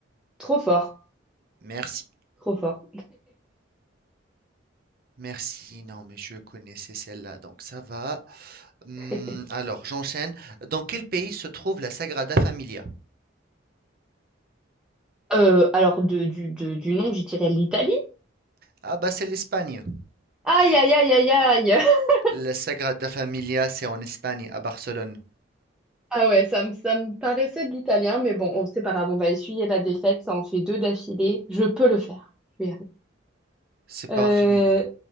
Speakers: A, in the centre; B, on the right.
A: Trop fort,
B: Merci.
A: trop fort.
B: Merci. Non, mais je connaissais celle-là, donc ça va. Hum,
A: <laughs>
B: alors, j'enchaîne. Dans quel pays se trouve la Sagrada Familia?
A: Euh, alors de- du, de- du nom, je dirais l'Italie.
B: Ah bah c'est l'Espagne.
A: Aïe, aïe, aïe, aïe, aïe. <laughs>
B: La Sagrada Familia, c'est en Espagne, à Barcelone.
A: Ah ouais, ça me, ça me paraissait de l'italien, mais bon, on- c'est pas grave, on va essuyer la défaite, ça en fait deux d'affilée. Je peux le faire. Je vais y arriver.
B: C'est
A: Euh,
B: pas fini.